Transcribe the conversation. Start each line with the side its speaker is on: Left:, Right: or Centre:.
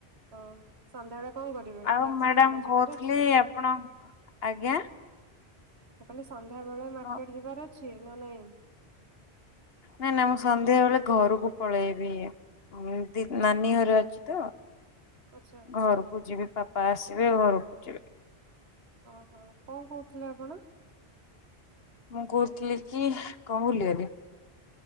Right: ହ ସନ୍ଧ୍ୟାବେଳେ କଣ କରିବେ,
Left: ଆଉ
Right: ମାର୍କେଟ
Left: ମ୍ୟାଡାମ
Right: ଫାର୍କେଟ ଯିବାର
Left: କହୁଥିଲି
Right: ଅଛି?
Left: ଆପଣ ଆଜ୍ଞା
Right: ମୁଁ କହିଲି ସନ୍ଧ୍ୟାବେଳେ ମାର୍କେଟ
Left: କ
Right: ଯିବାର ଅଛି ନା ନାଇଁ?
Left: ନାଇଁ ନା ମୁଁ ସନ୍ଧ୍ୟା ବେଳେ ଘରକୁ ପଳେଇବି। ନାନୀ ଘରେ ଅଛି ତ।
Right: ଆଚ୍ଛା
Left: ଘରକୁ ଯିବି ପାପା ଆସିବେ, ଘରକୁ ଯିବି।
Right: ଓହୋ କଣ କହୁଥିଲେ ଆପଣ?
Left: ମୁଁ କହୁଥିଲି କି, କଣ ଭୁଲିଗଲି।